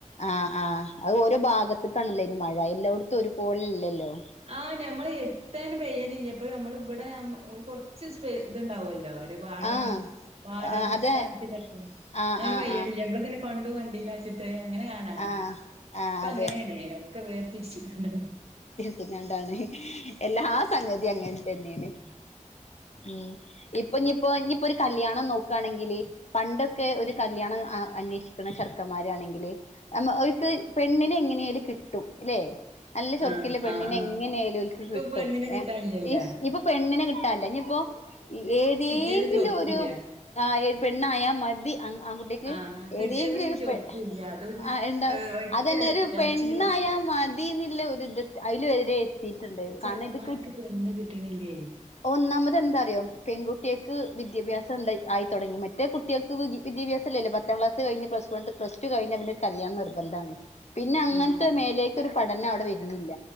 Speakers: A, on the left (about 55°); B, on the right (about 50°).
A: ആഹ് ആഹ് അത് ഓരോ ഭാഗത്തക്കാണല്ലോ ഇനി മഴ എല്ലായിടത്തും ഒരു പോലല്ലല്ലോ?.
B: ആഹ നമ്മള് എടുത്താന് പയ്യല ഇല്ല അപ്പൊ നമ്മള ഇവിടെ കുറച്ച് ഇത്ണ്ടാവുമല്ലോ വാഡ
A: ആഹ്
B: വാർഡടിസ്ഥാനത്തിലൊക്കെ,
A: ആഹ് അതെ ആഹ്
B: അങ്ങനെ
A: ആഹ്
B: പെയ്യലില്ലെ
A: ആഹ്
B: <unintelligible> പണ്ടു <unintelligible> അങ്ങനെ കാണാ
A: ആഹ് ആഹ്
B: ഇപ്പ
A: അതെ
B: അങ്ങനെയണേ ഒക്കെ വേർ തിരിച്ച് കണാ
A: പിന്നെന്താണ് എല്ലാ സംഗതി അങ്ങനെ തന്നെയാണ്. ഉം ഇപ്പൊ ഞ്ഞിപ്പോ ഇനിപ്പോ ഒരു കല്യാണം നോക്കാണെങ്കില്?. പണ്ടൊക്കെ ഒരു കല്യാണം അന്വേഷിക്കണ ചെറുക്കന്മാരാണെങ്കില് നമ്മ അവക്ക് പെണ്ണിനെ എങ്ങനെയാലും കിട്ടും, അല്ലെ. നല്ല ചുറുക്കില്ല
B: ആഹ്
A: പെണ്ണിനെ
B: ആഹ് ആഹ്
A: എങ്ങനെയായാലും ഓൽക്ക്
B: ഇപ്പൊ
A: കിട്ടും,
B: പെണ്ണിനെ കിട്ടാനില്ലല്ല
A: എ ഇപ്പൊ പെണ്ണിനെ കിട്ടാനില്ല ഇനിയിപ്പോ ഏതെങ്കിലും
B: കിട്ടിയത് ചോർക്കൂല്ല
A: ഒരു. ആ ഏത് പെണ്ണായ മതി ആകുട്ടിക്ക്
B: ആഹ് കിട്ടിയതഞ്ഞ്
A: ഏതെങ്കിലും ഒരു
B: ചോർക്കൂല്ല
A: പെ
B: അത് ഒഴിക്ക
A: ആ ഉണ്ടാവും. അതന്നെ ഒരു
B: ഇറച്ചി
A: പെണ്ണായ മതിന്നില്ല ഒരു ഇത് അതില് വരുയെ എത്തിട്ടുണ്ട്, കാരണം
B: ചെക്കന്മാർക്ക്
A: ഇത് കിട്ടു
B: പെണ്ണ് കിട്ടണില്ലേ
A: ഒന്നാമത് എന്താ അറിയോ? പെൺകുട്ടികൾക്ക് വിദ്യാഭാസം ഉ ണ്ടായി ആയി തുടങ്ങി, മറ്റേ കുട്ടികൾക്ക് വിദ്യാഭ്യാസം ഇല്ലല്ലോ പത്താം ക്ലാസ് ക കഴിഞ്ഞു പ്ലസ് ണ്ട് പ്സ ടു കഴിഞ്ഞ പിന്നെ കല്യാണം നിർബന്ധമാണ്. പിന്നെ
B: ആഹ്
A: അങ്ങനത്തെ
B: ആഹ്
A: മേലേക്ക് ഒരു പഠനം അവിടെ വരുന്നില്ല.